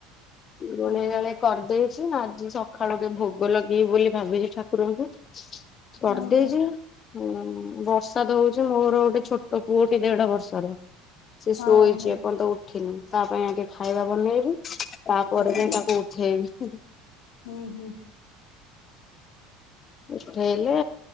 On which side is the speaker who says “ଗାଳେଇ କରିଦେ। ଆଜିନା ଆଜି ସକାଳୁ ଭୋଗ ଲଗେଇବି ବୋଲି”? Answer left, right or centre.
Left